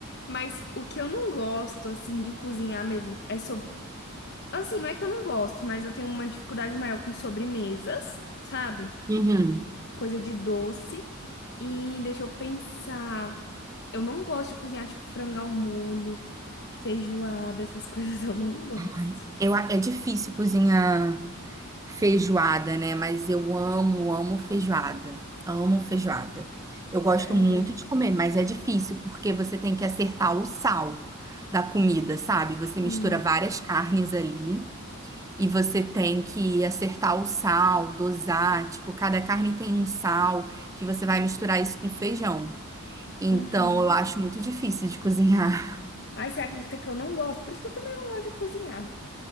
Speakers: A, on the left; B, on the right.
A: Mas o que eu não gosto, assim, de cozinhar mesmo é sobre. Assim, não é que eu não gosto, mas eu tenho uma dificuldade maior com sobremesas, sabe?
B: uhum.
A: coisa de doce. E deixa eu pensar. Eu não gosto de cozinhar, tipo, frango ao molho, feijoada, essas <laughs> coisas eu não gosto.
B: Ai, eu, a- é difícil cozinhar. Feijoada, né? Mas eu amo, amo feijoada. Amo feijoada. Eu gosto
A: Sério?
B: muito de comer, mas é difícil porque você tem que acertar o sal da comida, sabe? Você mistura
A: Sim.
B: várias carnes ali e você tem que acertar o sal, dosar. Tipo, cada carne tem um sal que você vai misturar isso com feijão. Então,
A: Uhum.
B: eu acho muito difícil de cozinhar. <laughs>
A: Ai, você acredita que eu não gosto? Por isso que eu também não gosto de cozinhar.